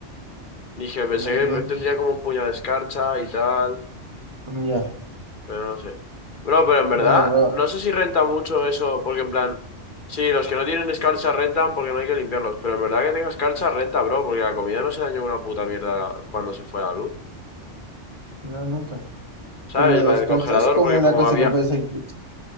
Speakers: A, on the left; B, on the right.
A: Dije,
B: Bueno,
A: pensé
B: tío,
A: que tendría como un puño de escarcha y tal.
B: ya.
A: Pero no sé. Bro, pero en verdad,
B: Bueno, bro,
A: no sé si renta mucho eso, porque en plan, sí, los que no tienen escarcha rentan porque no hay que limpiarlos, pero en verdad que tenga escarcha renta, bro, porque la comida no se dañó una puta mierda cuando se fue la luz.
B: no, nunca.
A: ¿Sabes?
B: Pero lo de
A: La
B: escarcha
A: del congelador,
B: es como
A: porque
B: una
A: como
B: cosa
A: había...
B: que puedes elegir.